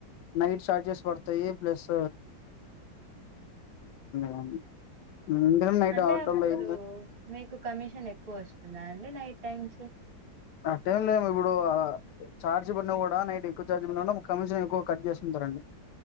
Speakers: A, on the left; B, on the right.
A: నైట్ చార్జెస్ పడతయి ప్లెస్ కానీ ఎందుకంటే నైట్
B: అంటే
A: ఆటోల్లో
B: అప్పుడూ
A: అయింది
B: మీకు కమీషన్ ఎక్కువ వస్తుందా అండి నైట్ టైమ్ కి
A: ఆ టైమ్ లో ఇప్పుడూ ఆ ఛార్జ్ పెట్టుకున్న గుడా నైట్ ఎక్కువ చార్జ్ పెట్టినపుడు కమిషన్ ఎక్కువ కట్ జేసుకుంటరండి.